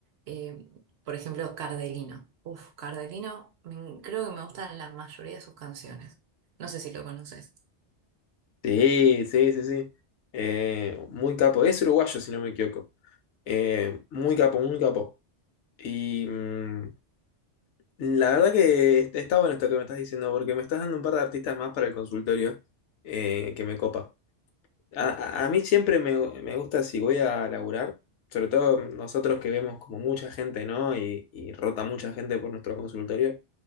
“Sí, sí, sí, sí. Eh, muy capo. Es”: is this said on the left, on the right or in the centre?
Left